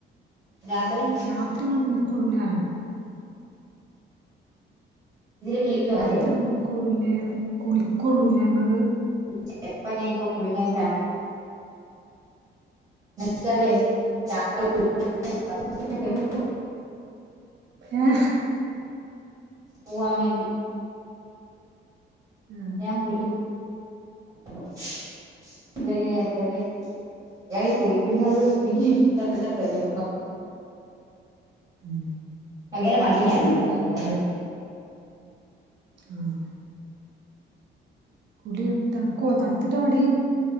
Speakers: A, on the right; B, on the right.
A: രാത്രി
B: രാത്രിങ്ങള് കുളിക്കൊള്ളൂ ലെ
A: ഇതില് വിളിക്കുവോ
B: രാത്രി
A: അല്ലേ
B: കുളിക്കൊള്ളൂ ല്ലേ കുളിക്കൊള്ളൂ ലെ ഇങ്ങള്
A: ചെൽപ്പം ഞാൻ ഇപ്പൊ കുളിക്കാൻ ചാ <unintelligible> <unintelligible>
B: ഏഹ്
A: പോവാൻ വേണ്ടി
B: ആഹ്
A: ഞാൻ <unintelligible> <unintelligible> ഞാനീ കുളിക്കുന്നത് എനിക്ക് ഇഷ്ല്ലാത്ത കര്യാണ്
B: ഉം
A: ഭയങ്കര മടിയാണ് <unintelligible>
B: ആഹ് കുളി തൺക്കുവോ തണുത്തിട്ടാ മടി